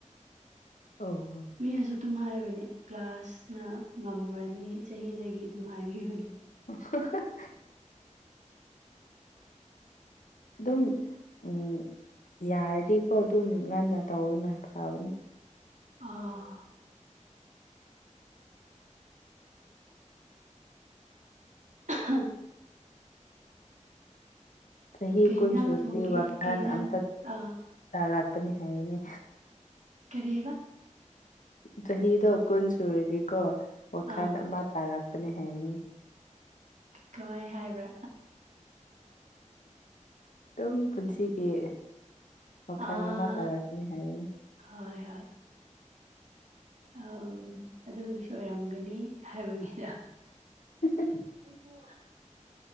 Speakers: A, on the left (about 80°); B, on the right (about 65°).
A: ꯑꯣ
B: ꯃꯤꯅꯁꯨ ꯑꯗꯨꯝ ꯍꯥꯏꯕꯅꯦ ꯀ꯭ꯂꯥꯁꯅ ꯉꯝꯔꯅꯤ ꯆꯍꯤꯗꯒꯤ ꯑꯗꯨꯝ ꯍꯥꯏꯕꯤꯕꯅꯦ
A: <unintelligible> ꯑꯗꯨꯝ ꯎ ꯌꯥꯔꯗꯤꯀꯣ ꯑꯗꯨꯝ ꯉꯟꯅ ꯇꯧꯕꯅ ꯐꯕꯅꯦ
B: ꯑꯥ ꯑ <inaudible>
A: ꯆꯍꯤ
B: ꯀꯩ
A: ꯀꯨꯟ
B: ꯌꯦꯟꯁꯥꯡ
A: ꯁꯨꯔꯗꯤ
B: ꯊꯣꯡꯒꯦ
A: ꯋꯥꯈꯜ
B: ꯀꯩ ꯌꯦꯟꯁꯥꯡ
A: ꯑꯝꯇ
B: ꯑꯥ
A: ꯇꯥꯔꯥꯛꯄꯅꯤ ꯍꯥꯏꯌꯦꯅꯦ
B: ꯀꯔꯤ ꯍꯥꯏꯕ
A: ꯆꯍꯤꯗꯣ ꯀꯨꯟ ꯁꯨꯔꯗꯤꯀꯣ ꯋꯥꯈꯜ
B: ꯑꯥ
A: ꯑꯃ ꯇꯥꯔꯛꯄꯅꯦ ꯍꯥꯏꯕꯅꯤ
B: ꯀꯃꯥꯏ ꯍꯥꯏꯕ꯭ꯔꯥ
A: ꯑꯗꯨꯝ ꯄꯨꯟꯁꯤꯒꯤ ꯃꯈꯜ
B: ꯑꯥ
A: ꯑꯃ ꯇꯥꯔꯛꯀꯅꯤ ꯍꯥꯏꯕꯅꯤ
B: ꯍꯣꯏ ꯍꯣꯏ ꯑ ꯑꯗꯨꯁꯨ ꯑꯣꯏꯔꯝꯒꯅꯤ ꯍꯥꯏꯕꯒꯤꯗ
A: <unintelligible>
B: <unintelligible>